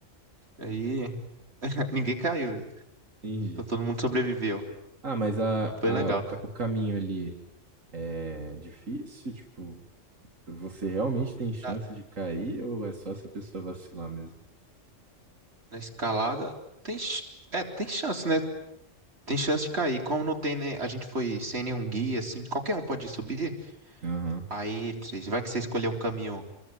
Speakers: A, on the right; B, on the right.
A: Aí <laughs> ninguém caiu,
B: Entendi.
A: então todo mundo sobreviveu.
B: Ah, mas a,
A: Mas Foi
B: a,
A: legal.
B: o ca-
A: tá?
B: o caminho ali é difícil? Tipo, Você realmente tem chance
A: Na,
B: de cair ou é só se a pessoa vacilar mesmo?
A: na escalada, tem, ch- é, tem chance, né? Tem chance de cair. Como não tem, né? A gente foi sem nenhum guia, assim, qualquer um pode subir.
B: Aham.
A: Aí, não sei, vai que você escolher um caminho